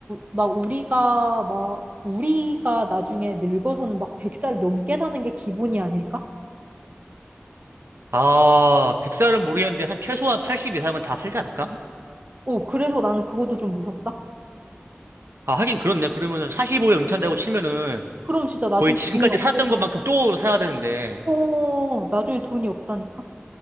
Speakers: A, on the right; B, on the right.
A: 막 우리가 막 우리가 나중에 늙어서는 막 100살 넘게 사는 게 기본이 아닐까?
B: 아, 100살은 모르겠는데 한 최소한 80 이상은 다 살지 않을까?
A: 어, 그래서 나는 그것도 좀 무섭다.
B: 아, 하긴 그렇네. 그러면 45에 은퇴한다고 치면은
A: 그럼 진짜 나중에
B: 거의 지금까지
A: 돈이 없고,
B: 살았던 것만큼 또 살아야 되는데
A: 어, 나중에 돈이 없다니까?